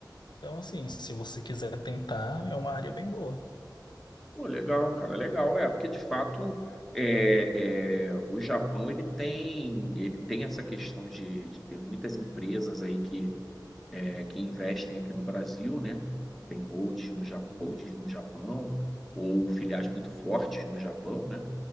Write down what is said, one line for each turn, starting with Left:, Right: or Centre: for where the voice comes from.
Left: Então, assim, se você quiser tentar, é uma área bem boa.
Centre: Pô, legal, cara, legal. É, porque de fato é, é, o Japão ele tem, ele tem essa questão de, de ter muitas empresas aí que é, que investem aqui no Brasil, né? Tem holdings no, Ja-
Left: Sim.
Centre: holdings no Japão ou filiais muito fortes no Japão, né?